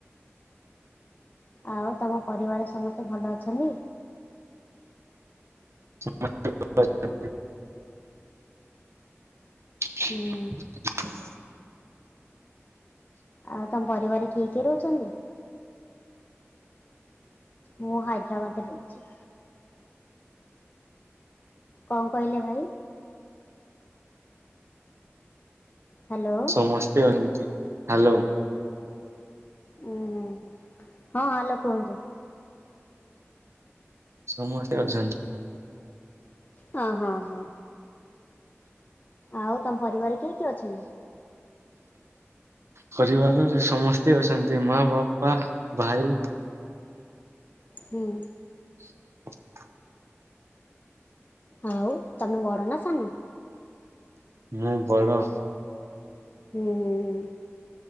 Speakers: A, on the left (about 35°); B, on the right (about 65°).
A: ଆଉ ତମ ପରିବାର ସମସ୍ତେ ଭଲ ଅଛନ୍ତି?
B: ହ <unintelligible> <unintelligible> <unintelligible>
A: ହୁଁ ଆଉ ତମ ପରିବାର କିଏ କିଏ ରହୁଛନ୍ତି? ମୁଁ ହାଇଦ୍ରାବାଦରେ ରହୁଛି। କ କହିଲେ ଭାଇ? ହ୍ୟାଲୋ।
B: ସମସ୍ତେ ଅହନ୍ତି ହ୍ୟାଲୋ।
A: ଉୁଁ ହୁଁ ହୁଁ ହଁ ହାଲୋ କୁହନ୍ତୁ?
B: ସମସ୍ତେ ଅଛନ୍ତି।
A: ହଁ ହଁ ହଁ। ଆଉ ତମ ପରିବାର କିଏ କିଏ ଅଛନ୍ତି?
B: ପରିବାରରେ ସମସ୍ତେ ଅଛନ୍ତି ମା ବାପା ଭାଇ
A: ହୁଁ।
B: <unintelligible>
A: ଆଉ ତମେ ବଡ଼ ନା ସାନ?
B: ମୁଁ ବଡ
A: ହୁଁ ହୁଁ ହୁଁ।